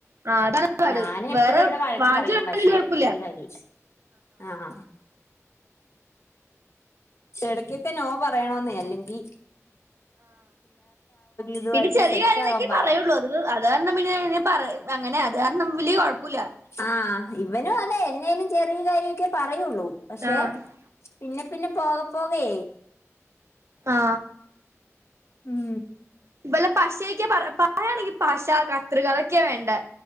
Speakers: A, on the right; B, on the left.
A: ആ അതാണ്
B: ഞാന് എപ്പഴും
A: വേറെ
B: ഇവടെ വഴക്ക്
A: വാങ്ങിച്ചു
B: പറയും.
A: കൊടുക്കണേല്
B: പക്ഷേ
A: കുഴപ്പമില്ല
B: ഒരു കാര്യം ഇല്ല. ആ ആഹ എടയ്ക്കൊക്കെ നോ പറയണോന്നേ. അല്ലെങ്കി ഇതുമായിട്ട്
A: പിന്നെ ചെറിയ
B: സെറ്റ്
A: കാര്യങ്ങളൊക്കെ
B: ആകാൻ പാടാ
A: പറയുള്ളൂ. അത് അത് കാരണം പിന്നെ പറ അങ്ങനെ അ അത് കാരണം വല്യേ കൊഴപ്പൂല്ല.
B: ആഹ് ഇവനും അതെ എന്നേലും ചെറിയ കാര്യ ഒക്കെ പറ പറയുള്ളൂ പക്ഷേ
A: ആ
B: പിന്നെ പിന്ന പോക പോകേ
A: ആ
B: ഉം
A: ഇവള് പശയൊക്കെ പറ പറയാണെങ്കി പശ, കത്രിക അതൊക്ക്യ വേണ്ടേ.